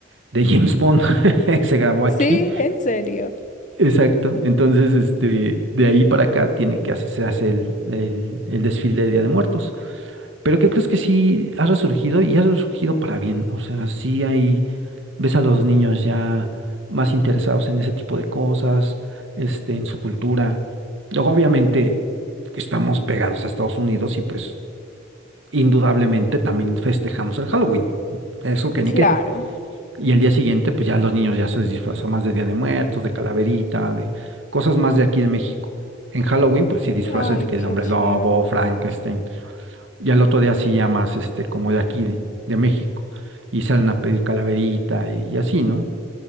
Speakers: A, on the right; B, on the left.
A: de James Bond <laughs> que se grabó
B: Sí,
A: aquí.
B: en serio.
A: Exacto. Entonces, este, de ahí para acá tienen que hacerse hace el, el- el desfile de Día de Muertos. Pero ¿qué crees que sí ha resurgido y ha resurgido para bien? O sea, sí hay, ves a los niños ya más interesados en ese tipo de cosas, este, en su cultura. Luego, obviamente, estamos pegados a Estados Unidos y pues indudablemente también festejamos el Halloween. ¿no? Eso que
B: Claro.
A: ni qué. Y el día siguiente, pues ya los niños ya se disfrazan más de Día de Muertos, de calaverita, de cosas más de aquí de México. En Halloween, pues sí disfraces
B: Ay,
A: de que
B: qué
A: el hombre
B: chévere.
A: lobo, Frankenstein. Y al otro día sí ya más, este, como de aquí de, de México. Y salen a pedir calaverita y, y así, ¿no?